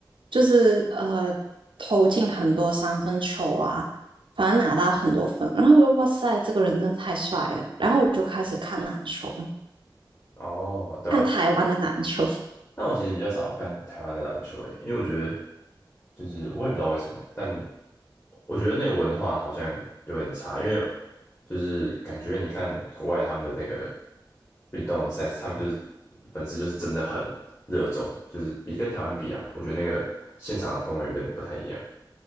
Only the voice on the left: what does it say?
哦，对啊，
但我其实比较少看台湾的篮球诶，因为我觉得就是我也不知道为什么欸但我觉得那个文化好像有点差，因为就是感觉你看国外他们的那个运动赛事，他们就是粉丝就是真的很热衷，就是比跟台湾比啊，我觉得那个现场的氛围有点不太一样。